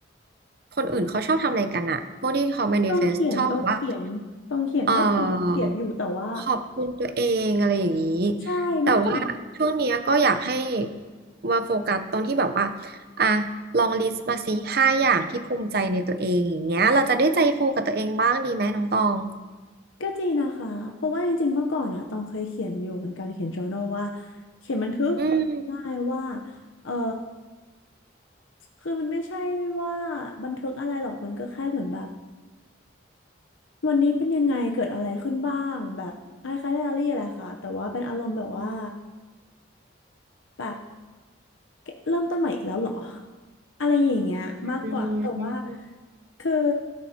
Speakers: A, on the right; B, on the left.
A: คนอื่นเขาชอบทำอะไรกันอ่ะพวกที่เขา manifest
B: ต้องเขียนต้องเขียนต้องเขียนเมื่อก่อนต้องเขียนอยู่แต่ว่า
A: ชอบแบบว่า เออขอบคุณตัวเองอะไรอย่างนี้
B: ใช่เมื่อก่อน
A: แต่ว่าช่วงเนี้ยก็อยากให้ว่าโฟกัสตรงที่แบบว่าอ่ะลองลิสต์มาสิห้าอย่างที่ภูมิใจในตัวเองอย่างเงี้ยเราจะได้ใจฟูกับตัวเองบ้างดีไหมน้องตอง
B: ก็จริงนะคะเพราะว่าจริงๆเมื่อก่อนอะต้องเคยเขียนอยู่เหมือนกันเขียน journal ว่าเขียนบันทึก
A: อืม
B: ได้ว่าเออคือมันไม่ใช่ว่าบันทึกอะไรหรอกมันก็แค่เหมือนแบบ วันนี้เป็นยังไงเกิดอะไรขึ้นบ้างแบบคล้ายๆไดอารี่แหละค่ะแต่ว่าเป็นอารมณ์แบบว่าแบบเริ่มต้นใหม่อีกแล้วเหรอ อะไรอย่างเงี้ยมากกว่าแต่ว่า
A: อืม
B: คือ